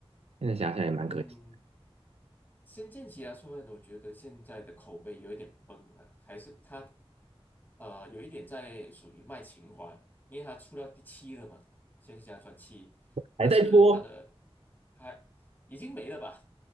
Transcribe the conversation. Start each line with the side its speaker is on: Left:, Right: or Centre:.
Right: 现在想想也蛮可惜的，
Left: 嗯。《仙剑奇侠传》，我觉得现在的口碑有一点崩啊，还是他呃，有一点在属于卖情怀，因为他出到第七了嘛，《仙剑奇侠传七》，
Right: 还在出。
Left: 但是他的还已经没了吧？